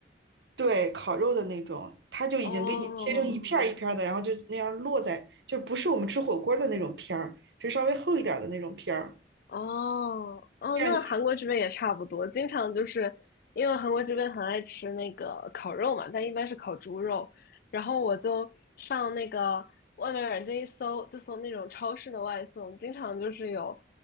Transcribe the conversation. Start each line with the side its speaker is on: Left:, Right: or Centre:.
Right: 对，烤肉的那种，它就已经给你切成一片儿一片儿的，
Left: 哦
Right: 然后就那样落在，就不是我们吃火锅儿的那种片儿，是稍微厚一点儿的那种片儿，
Left: 哦哦，
Right: 这样你，
Left: 那韩国这边也差不多，经常就是因为韩国这边很爱吃那个烤肉嘛，但一般是烤猪肉。然后我就上那个外卖软件一搜，就搜那种超市的外送，经常就是有，